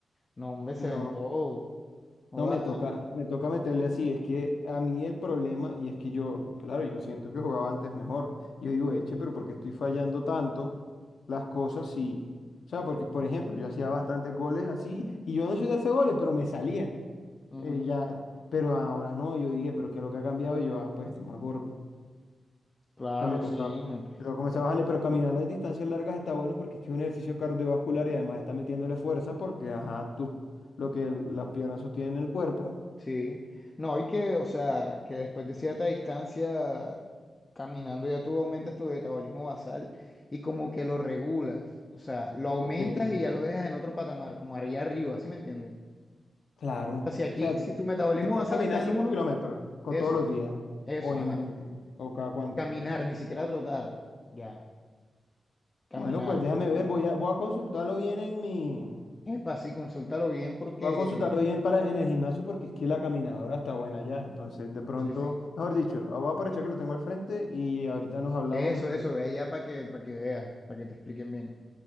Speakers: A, on the left; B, on the left.
A: No, hombre, se
B: No.
A: ven todo. Joda.
B: No, me toca, me toca meterle así. Es que a mí el problema, y es que yo, claro, yo siento que jugaba antes mejor. Yo digo, eche, pero ¿por qué estoy fallando tanto las cosas si, o sea, porque, por ejemplo, yo hacía bastantes goles así, y yo no soy de hacer goles, pero me salían.
A: Ujú.
B: Eh, ya, pero ahora no, yo dije, pero ¿qué es lo que ha cambiado? Y yo, ah, pues estoy más gordo.
A: Claro,
B: Entonces me toca,
A: sí, man.
B: me toca comenzar a bajarle, pero caminar las distancias largas está bueno porque es que es un ejercicio cardiovascular y además está metiéndole fuerza porque, ajá, tú, lo que las piernas sostienen el cuerpo.
A: Sí. No, y que, o sea, que después de cierta distancia, caminando ya tú aumentas tu metabolismo basal y como que lo regulas. O sea, lo aumentas
B: Ok,
A: y ya lo dejas en otro patamar, como allá arriba, ¿sí me entiendes?
B: claro. O
A: O sea, si aquí,
B: sea,
A: si tu metabolismo
B: dices
A: basal
B: caminar
A: está en
B: 5
A: uno,
B: kilómetros con
A: eso,
B: todos los días
A: eso,
B: o en
A: ajá.
B: o cada cuánto.
A: Caminar, ni siquiera trotar, ya, caminar.
B: Bueno, pues déjame
A: Ujú.
B: ver, voy a, voy a consultarlo bien en mi,
A: Epa, sí, consúltalo bien porque,
B: voy a consultarlo bien para en el gimnasio porque es que la caminadora está buena ya. Entonces, de pronto,
A: sí, sí.
B: mejor dicho, ah, voy a aprovechar que lo tengo al frente y ahorita nos hablamos
A: Eso,
B: y,
A: eso,
B: cu-
A: ve allá para que, para que veas, para que te expliquen bien.